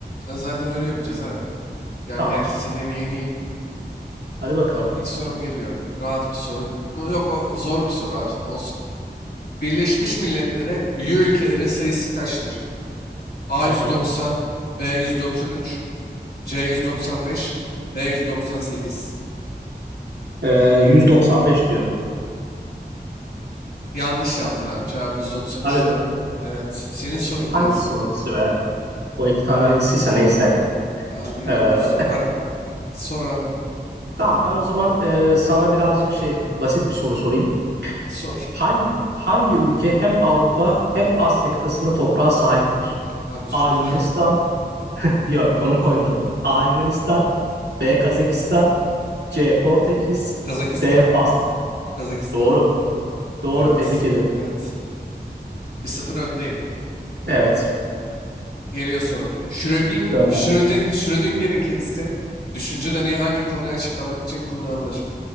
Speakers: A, on the left; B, on the right.
A: Ha, zaten öyle yapacağız abi. Gel
B: Tamam
A: gel seni bir yeneyim.
B: hadi bakalım.
A: İlk sorum geliyor. Rahat bir soru. Mu- Yok o zor bir soru abi olsun. Birleşmiş Milletler'e üye ülkelerin sayısı kaçtır? A
B: Hı
A: 190,
B: hı.
A: B 193, C 195, D 198.
B: Ee, 195 diyorum.
A: Yanlış yaptın abi. Cevap 193'tü.
B: Hadi be.
A: Evet. Senin sorun
B: Hangisi
A: gelsin.
B: o ikisi be? O iki tane hangisiyse neyse.
A: Abi
B: Ee,
A: yok
B: e,
A: 190. Harbi. Sor abi.
B: tamam ben o zaman e, sana birazcık şey basit bir soru sorayım.
A: Sor.
B: Hangi hangi ülke hem Avrupa hem Asya kıtasında toprağa sahiptir?
A: Abi Türkiye.
B: A. Yunanistan.
A: <laughs> Tamam.
B: <laughs> Yok onu koymadım. A.
A: Evet.
B: Yunanistan. B. Kazakistan. C. Portekiz.
A: Kazakistan.
B: D. Fas.
A: Kazakistan.
B: Doğru. Doğru.
A: Evet.
B: Tebrik ediyorum.
A: Evet. bir sıfır öndeyim.
B: Evet.
A: Geliyor sorun. Schröding,
B: Gönder.
A: Schröding, Schrödinger'in kedisi düşünce deneyi hangi konuyu açıklamak için kullanılır?